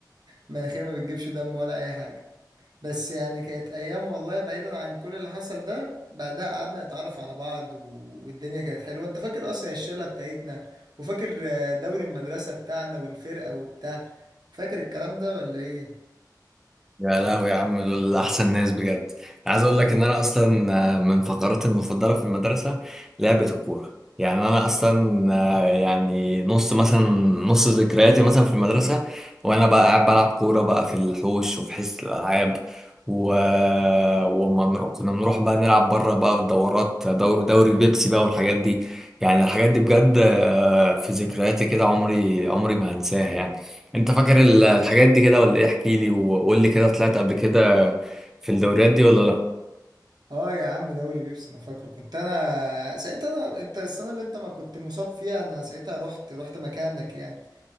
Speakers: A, on the right; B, in the centre.
A: مناخيري ما بتجيبش دم ولا اي حاجه بس يعني كانت ايام والله بعيدا عن كل اللي حصل ده بعدها قعدنا نتعرف على بعض و... والدنيا كانت حلوه انت فاكر اصلا الشله بتاعتنا وفاكر آه، دوري المدرسه بتاعنا والفرقه وبتاع فاكر الكلام ده ولا ايه
B: يا لهوي يا عم دول احسن ناس بجد عايز اقول لك ان انا اصلا آه، من فقراتي المفضله في المدرسه لعبه الكوره يعني انا اصلا آه، يعني نص مثلا نص ذكرياتي مثلا في المدرسه وانا بقى قاعد بلعب كوره بقى في الحوش وفي حصه الالعاب و... وما نروح... كنا بنروح بقى نلعب بره بقى في الدورات دور... دوري بيبسي بقى والحاجات دي يعني الحاجات دي بجد آه، في ذكرياتي كده عمري عمري ما هنساها يعني انت فاكر ال- الحاجات دي كده ولا ايه احكي لي وقول لي كده طلعت قبل كده في الدوريات دي ولا لا
A: اه يا عم دوري بيبسي انا فاكره كنت انا ساعتها انا انت السنه اللي انت ما كنت مصاب فيها انا ساعتها رحت رحت مكانك يعني